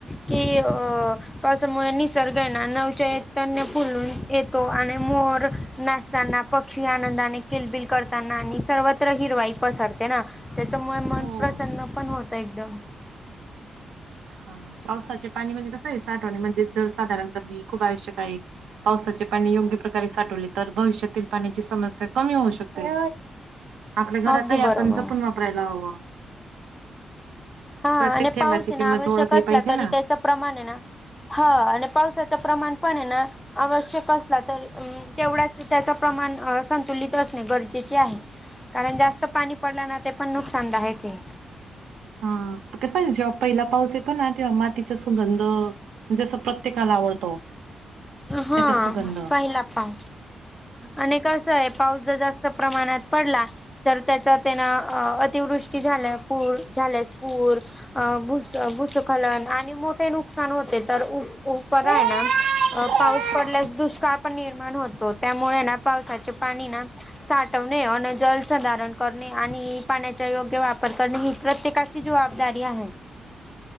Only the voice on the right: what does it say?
हो
ह पावसाचे पाणी म्हणजे कसं ये साठवणे म्हणजे जल संधरण करणे, खूप आवश्यक आहे. पावसाचे पाणी योग्य प्रकारे साठवले तर, भविष्यातील पाण्याची समस्या कमी होऊ शकते. आपल्या घरातही
आपण जपून वापरायला हवं.
प्रत्येक
थेंबाची
किंमत
ओळखली
पाहिजे
ना.
हां कस पाहिजे जेव्हा पहिला पाऊस येतो ना, तेव्हा माती सुगंध म्हणजे असं प्रत्येकाला आवडतो.
त्याचा सुगंध
हो.